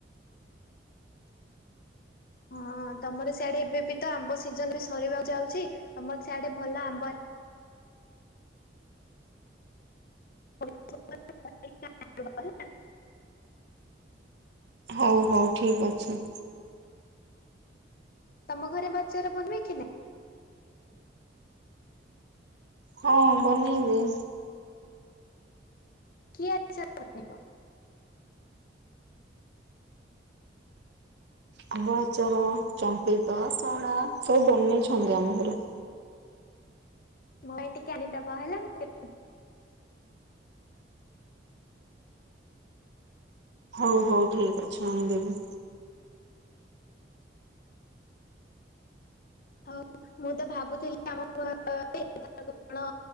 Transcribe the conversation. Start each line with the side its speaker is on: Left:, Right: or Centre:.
Left: ହଁ ତମର ସିଆଡେ ଏବେ ବି ତ ଆମ୍ବ ସିଜନ ବି ସରିବାକୁ ଯାଉଛି ତମର ସିଆଡେ ଭଲ ଆମ୍ବ <unintelligible>
Right: ହଉ ହଉ ଠିକ ଅଛି।
Left: ତମ ଘରେ ବାଚାର ବନେକି ନା?
Right: ହଁ ବନେଇବେ।
Left: କି ଆଚାର? <unintelligible>
Right: ଆମ୍ବ ଆଚାର ଚମ୍ପିତ ସଳା ସବୁ ବନେଇଛନ୍ତି ଆମ ଘର।
Left: ମୋର ଟିକେ ଆଣିଦବା ହେଲା ଟିକେ।
Right: ହଉ ହଉ ଠିକ୍ ଅଛି ଆଣିଦେବି।
Left: ହଁ ମୁଁ ତ ଭାବୁଥିଲି ଆମ <unintelligible> କଣ